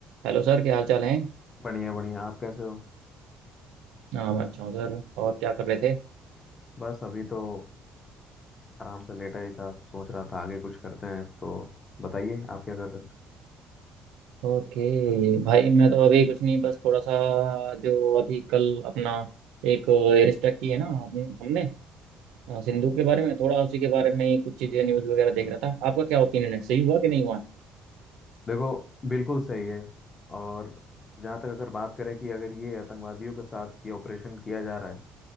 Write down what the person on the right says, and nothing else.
Hello sir क्या हाल चाल है
हाँ मैं अच्छा हूँ सर और क्या कर रहे थे
ओके भाई मैं तो अभी कुछ नहीं बस थोड़ा सा जो अभी कल अपना एक रिस्ट्रिक्ट की है ना हमने हमने, अ, सिंदूर के बारे में थोड़ा उसी के बारे में ही कुछ चीज़ें न्यूज़ वगैरह देख रहा था आपका क्या ओपिनियन है सही हुआ कि नहीं हुआ